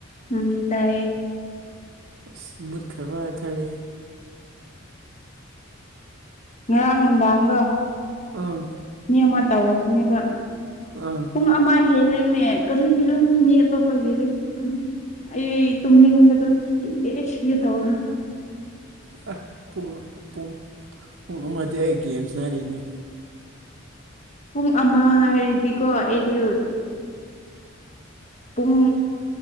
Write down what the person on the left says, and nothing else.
ꯎꯝ ꯇꯥꯏꯌꯦ
ꯉꯔꯥꯡ ꯅꯨꯡꯗꯥꯡꯗꯣ
ꯃꯤ ꯑꯃ ꯇꯧꯔꯛꯄꯅꯦꯕ
ꯄꯨꯡ ꯑꯃ ꯍꯦꯜꯂꯦꯅꯦ ꯀꯔꯤꯒꯤꯔꯅꯦ ꯃꯤ ꯑꯇꯣꯞꯄꯒꯤꯗꯤ ꯑꯩ ꯇꯨꯝꯅꯤꯡꯕꯗꯣ ꯁꯤꯒꯦ ꯁꯤꯒꯦ ꯇꯧꯗꯥꯅ
ꯄꯨꯡ ꯑꯃ ꯍꯥꯏꯔꯗꯤꯀꯣ ꯑꯩ ꯂꯤꯌꯨꯠ ꯄꯨꯡ